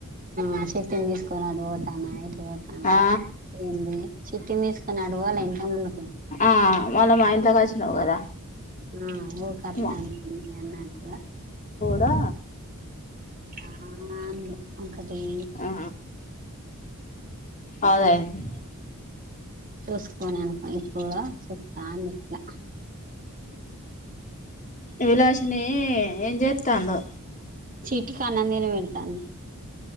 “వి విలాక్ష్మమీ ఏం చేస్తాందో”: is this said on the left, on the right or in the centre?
Left